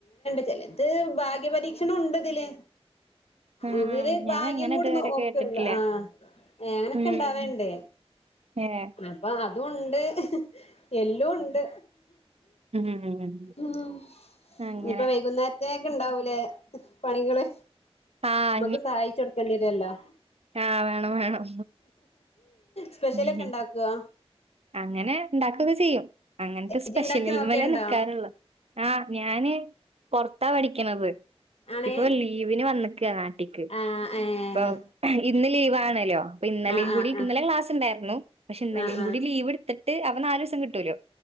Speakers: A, on the left; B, on the right.
A: അത് ഭാഗ്യപരീക്ഷണം ഉണ്ട തില്
B: ആഹ്
A: ഇതില്
B: ഞാൻ
A: ഭാഗ്യം
B: അങ്ങനെ
A: കൂടെ
B: ഇതുവരെ
A: ന നോക്കല്ല
B: കേട്ടിട്ടില്ല
A: ആ അങ്ങനൊക്കെ
B: ഉം
A: ണ്ടാവണ്ട്
B: ഏഹ്
A: അപ്പൊ അതു ണ്ട് എല്ലും ണ്ട്
B: ഉം ഉം
A: ഉം
B: അങ്ങനെ
A: നിപ്പോ വൈകുന്നേരത്തെക്ക് ഇണ്ടാവൂലേ പണികള്
B: ആഹ്
A: മ്മക്ക് സഹായിച് കൊടുക്കണ്ടി വരുല്ലോ
B: ആ വേണം വേണം
A: സ്പെഷ്യലൊക്കെ
B: ഉം
A: ഉണ്ടാക്കോ
B: അങ്ങനെ ണ്ടാക്കൊക്കെ ചെയ്യും അങ്ങനത്തെ
A: ഇജ്ജ്
B: സ്പെഷ്യൽൽമലെ
A: ഇണ്ടാക്കി നോക്കേണ്ടോ
B: നിക്കാറുള്ളൂ ആ ഞാന് പൊറത്താ പഠിക്കണത്
A: ആണേ
B: ഇപ്പൊ ലീവിന് വന്നിക്കനാ ടിക്ക്
A: ആഹ് ഏഹ്
B: പ്പോ ഇന്ന് ലീവ് ആണലോ പ്പോ ഇന്നലെയും
A: ആഹ്
B: കൂടി
A: ആഹ് ആഹ്
B: ഇന്നലെ ക്ലാസ് ഉണ്ടായിരുന്നു പക്ഷെ ഇന്നലെ
A: ആഹ് ആഹ്
B: ലീവ് ടുത്തിട്ട് അപ്പോ നാല് സം കിട്ടൂലോ